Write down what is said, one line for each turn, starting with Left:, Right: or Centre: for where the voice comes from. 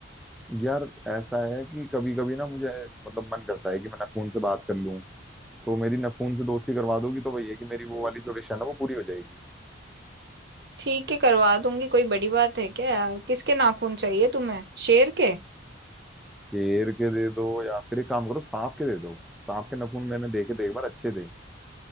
Centre: यार ऐसा है कि कभी कभी ना मुझे मतलब मन करता है कि मैं नखून से बात कर लूं तो मेरी नखून से दोस्ती करवा दोगी तो वही है कि मेरी वो वाली जो विश है ना वो पूरी हो जाएगी
Right: ठीक है करवा दूंगी कोई बड़ी बात है क्या यार किसके नाखून चाहिए तुम्हें शेर के
Centre: शेर के दे दो या फिर एक काम करो सांप के दे दो सांप के नखून मैंने देखे थे एक बार अच्छे थे